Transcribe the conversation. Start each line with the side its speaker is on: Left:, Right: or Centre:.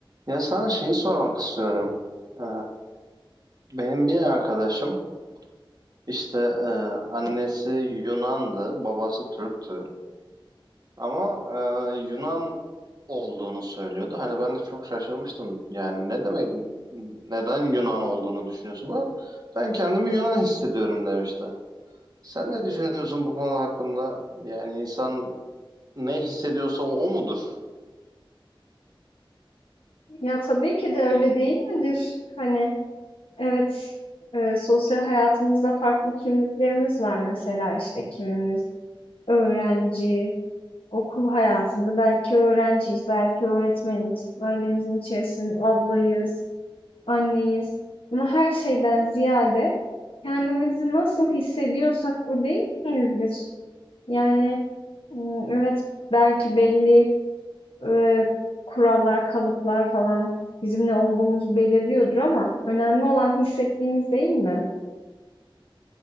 Right: Ya sana şeyi sormak istiyorum. Ee, benim bir arkadaşım işte e, annesi Yunan'dı, babası Türk'tü. Ama e, Yunan olduğunu söylüyordu. Hani ben de çok şaşırmıştım. Yani ne demek, neden Yunan olduğunu düşünüyorsun? Ama ben kendimi Yunan hissediyorum demişti. Sen ne düşünüyorsun bu konuda hakkında? Yani insan ne hissediyorsa o mudur?
Left: Ya tabii ki de öyle değil midir? Hani evet e, sosyal hayatımızda farklı kimliklerimiz var mesela işte kimimiz öğrenci, okul hayatında belki öğrenciyiz, belki öğretmeniz, ailemizin içerisinde ablayız, anneyiz. Ama her şeyden ziyade kendimizi nasıl hissediyorsak o değil miyizdir? Yani m, evet belki belli e, kurallar, kalıplar falan bizim ne olduğumuzu belirliyordur ama önemli olan hissettiğimiz değil mi?